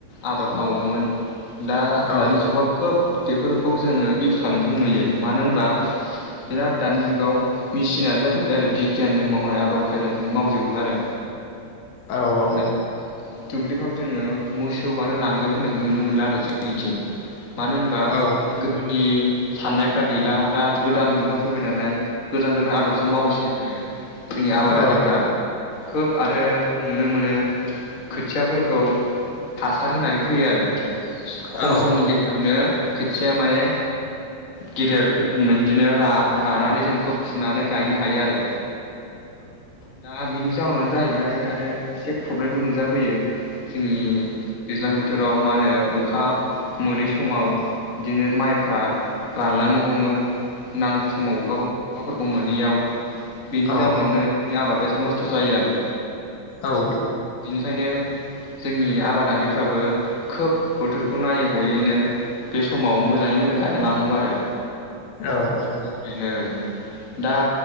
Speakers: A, on the left (about 35°); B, on the left (about 70°).
A: आबाद मावोमोन। दा
B: औ
A: दानि जुगाव खोब बेफोरखौ जोङो फिवसार नोंथ नुयो मानो होनबा बिराद दानि जुगाव मेसिनारि जाजोब्बाय आरो बिगियानजों मावनाय आदब खायदाजों मावजोबो आरो
B: औ औ
A: दा
B: अ।
A: दुब्लिफ्राव जोङो मोसौ आरो नांगोल होननायखौ नुनो मोनला आरो जोंनिथिं। मानो होनबा
B: औ
A: गो बे साननायफ्रा गैला दा गोदान मु बाव फैबाय नालाय गोदान गोदान आदबजों मावसै आरो जोंनि आबादारिफ्रा
B: औ
A: खोब आरो जोनि नुनो मोनो खोथियाफोरखौ हासार होनानै फैयो आरो खम
B: औ
A: समनि गेजेरावनो खोथिया माने गेदेर फो मो बिदिनो रा रानानै जों बेखौ फुनानै गायनो हायो आरो दा बिनि जाउनानो जाहैबाय आरो एसे प्रब्लेमबो नुजाबोयो जोंनि दैज्लां बो बोथोराव मा होनो अखा मोनै समाव बिदिनो माइ फ्रा रानलांनो हमो नांगौ समाव अखाखौ अखाफोरखौ मोनैयाव बिनि
B: औ
A: जाउनावनो जोंनि आबाद बे नस्थ जायो आरो
B: औ
A: बिनिखायनो जोंनि आबादारिफ्राबो खोब बोथोरखौ नायै हयैनो बे समाव मोजाङै मोजां। गायना लानांगौ आरो।
B: औ औ।
A: गोख्रैनो दा